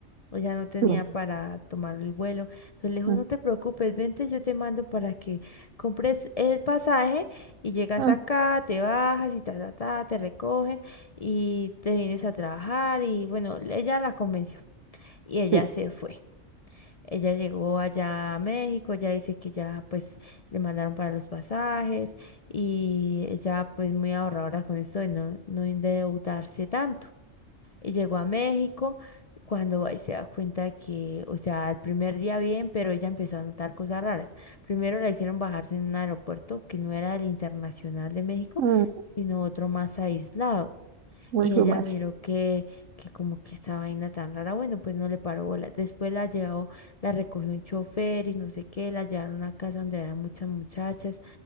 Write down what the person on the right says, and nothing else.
sí.
Mm,
mm,
Sí.
Mm,
Muy
fumar.